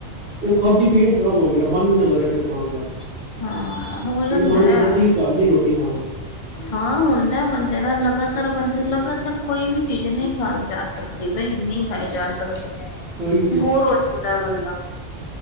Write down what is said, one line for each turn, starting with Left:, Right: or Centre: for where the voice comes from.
Right: ਉਹ ਖਾਦੀ ਪੇਟ ਖਰਾਬ ਹੋ ਗਿਆ ਬੰਨ ਨਾ ਕਰੇ ਫਿਰ ਖਾਣ ਦਾ
Left: ਹਾਂ ਹੋ ਜਾਂਦਾ
Right: ਫਿਰ ਮਨ ਕਰਦਾ
Left: ਹੈ
Right: ਤੁ ਘਰ ਦੀ ਰੋਟੀ ਖਾਵਾ
Left: ਹਾਂ ਹੁੰਦਾ ਬੰਦੇ ਦਾ ਲਗਾਤਾਰ ਬੰਦੇ ਲਗਾਤਾਰ ਕੋਈ ਵੀ ਚੀਜ਼ ਨਹੀਂ ਖਾਈ ਜਾ ਸਕਦੀ ਬਈ ਨਹੀਂ ਖਾਈ ਜਾ ਸਕਦੀ
Right: ਉਹੀ ਤੇ
Left: ਬੋਰ ਹੋ ਜਾਂਦਾ ਬੰਦਾ